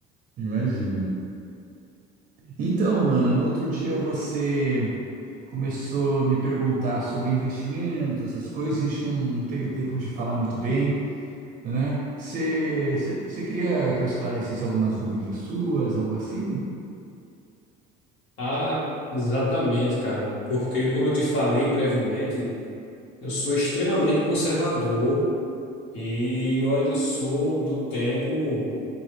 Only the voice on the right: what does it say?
imagina. Então, mano, no outro dia você começou a me perguntar sobre investimento, essas coisas, a gente não teve tempo de falar muito bem, né? Você você- você queria que eu esclarecesse algumas dúvidas suas, algo assim?